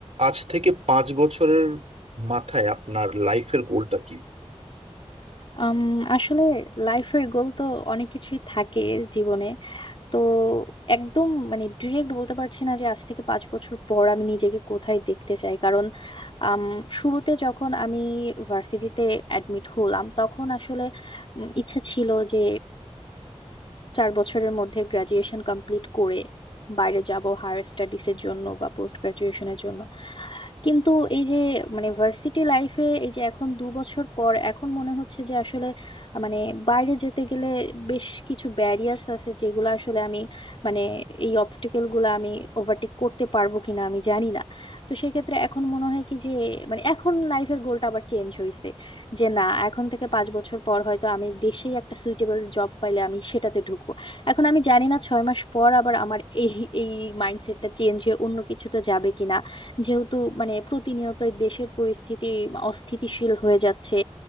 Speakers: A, on the right; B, on the left.
A: আজ থেকে পাঁচ বছরের মাথায় আপনার লাইফের গোলটা কি
B: আম, আসলে লাইফের গোল তো অনেক কিছুই থাকে জীবনে তো একদম মানে ডিরেক্ট বলতে পারছি না যে আজ থেকে পাঁচ বছর পর আমি নিজেকে কোথায় দেখতে চাই কারণ আম, শুরুতে যখন আমি ভার্সিটিতে অ্যাডমিট হলাম তখন আসলে উম, ইচ্ছে ছিল যে চার বছরের মধ্যে গ্রাজুয়েশন কমপ্লিট করে বাইরে যাব হায়ার স্টাডিজের জন্য বা পোস্ট গ্রাজুয়েশনের জন্য কিন্তু এই যে মানে ভার্সিটি লাইফে এই যে এখন দু বছর পর এখন মনে হচ্ছে যে আসলে মানে বাইরে যেতে গেলে বেশ কিছু ব্যারিয়ার্স আছে যেগুলো আসলে আমি মানে এই অবস্টেকেল গুলো আমি ওভারটেক করতে পারবো কিনা আমি জানি না তো সেক্ষেত্রে এখন মনে হয় কি যে মানে এখন লাইফের গোলটা আবার চেঞ্জ হয়েছে যে না এখন থেকে পাঁচ বছর পর হয়তো আমি দেশেই একটা সুইটেবল জব পাইলে আমি সেটাতে ঢুকবো এখন আমি জানি না ছয় মাস পর আবার আমার এই এই মাইন্ডসেটটা চেঞ্জ হয়ে অন্য কিছুতে যাবে কিনা যেহেতু মানে প্রতিনিয়তই দেশের পরিস্থিতি অস্থিতিশীল হয়ে যাচ্ছে